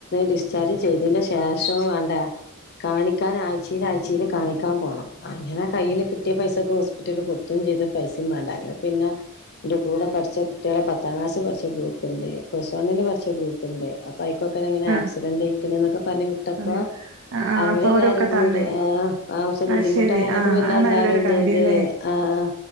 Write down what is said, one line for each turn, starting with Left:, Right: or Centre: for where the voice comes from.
Left: ഡിസ്ചാർജ് ചെയ്തിന്റെ ശേഷവും വേണ്ടേ കാണിക്കാൻ ആഴ്ച കൊച്ചിയിലൽ ആ്ച്ചയിൽ കാണിക്കാൻ പോകണം അങ്ങനെ കയ്യിൽ കിട്ടിയ പൈസക്കൊ ഹോസ്പിറ്റലിൽ കൊടുക്കു <unintelligible> ചെയ്ത പൈസയും വേണ്ട അങ്ങനെ പിന്നെ എന്റെ കൂടെ പഠിച്ച കുട്ടികളെ പത്താം ക്ലാസ്സിൽ പഠിച്ച ഗ്രൂപ്പ്ണ്ട് പ്ലസ് വന്ന്ല് പഠിച്ച ഗ്രൂപ്പ്ണ്ട് ബൈക്കൊക്കെ എങ്ങനെ
Right: ആഹ്
Left: ആക്സിഡന്റ്ക്കണ എന്നൊക്കെ പറഞ്ഞഞ് വിട്ടപ്പോ
Right: പറഞ്ഞോ ആഹ് ആഹ്
Left: അവരെല്ലാരും
Right: അപ്പൊ ഓരൊക്കെ
Left: കൂടി
Right: തന്ന്
Left: ആ ആവശ്യ ബുദ്ധിമുട്ടാണ്പ്പ
Right: അത് ശരി ആഹ്
Left: പിന്നെ
Right: അത്
Left: എല്ലാരും
Right: നല്ലൊരു
Left: <unintelligible>
Right: കാര്യല്ലേ
Left: ആഹ്